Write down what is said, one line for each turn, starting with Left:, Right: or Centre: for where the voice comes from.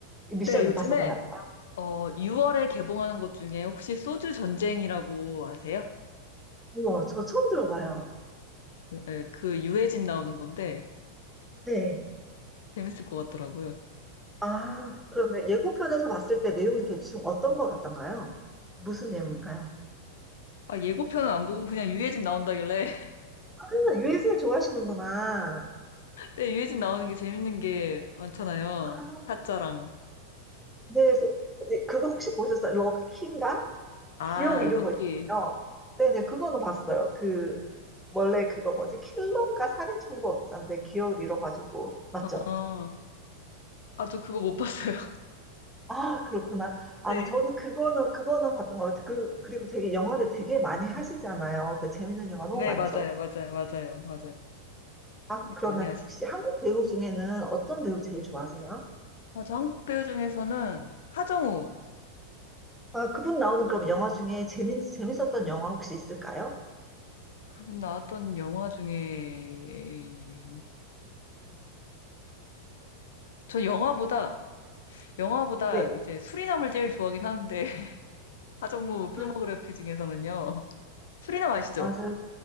Centre: 미션
Left: 네, 요즘에
Centre: 임파서블 말고.
Left: 어, 6월에
Centre: 네.
Left: 개봉하는 것 중에 혹시 소주 전쟁이라고 아세요?
Centre: 어머, 저 처음 들어봐요.
Left: 네, 그 유해진 나오는 건데
Centre: 네.
Left: 재밌을 것 같더라고요.
Centre: 아, 그러면 예고편에서 봤을 때 내용이 대충 어떤 것 같던가요? 무슨 내용인가요?
Left: 아, 예고편은 안 보고 그냥 유해진 나온다길래.
Centre: 아, 유해승 좋아하시는구나.
Left: <laughs> 근데 유해진 나오는 게 재밌는 게 많잖아요.
Centre: 아,
Left: 타짜랑.
Centre: 네, 세- 네, 그거 혹시 보셨어요? 럭키인가?
Left: 아,
Centre: 기억 잃은
Left: 럭키.
Centre: 거 있잖아요. 네네, 그거는 봤어요. 그 원래 그거 뭐지? 킬러인가 살인청부업자인데 기억을 잃어가지고 맞죠?
Left: 어. 아, 저 그거 못 봤어요. <laughs>
Centre: 아 그렇구나. 아
Left: 네.
Centre: 저는 그거는 그거는 봤던 것 같아요. 그, 그리고 되게 영화를 되게 많이 하시잖아요. 그 재밌는 영화 너무
Left: 네,
Centre: 많죠.
Left: 맞아요. 맞아요. 맞아요. 맞아요.
Centre: 아
Left: 네,
Centre: 그러면
Left: 많이 아시죠?
Centre: 혹시 한국 배우 중에는 어떤 배우 제일 좋아하세요?
Left: 아, 저 한국 배우 중에서는 하정우.
Centre: 아 그분 나오는 그럼 영화 중에 재밌 재밌었던 영화 혹시 있을까요?
Left: 그분 나왔던 영화 중에 저 영화보다 영화보다
Centre: 네.
Left: 이제 수리남을 제일 좋아하긴 하는데 <laughs> 하정우 필모그래피
Centre: 아
Left: 중에서는요. 수리남 아시죠?
Centre: 맞아요.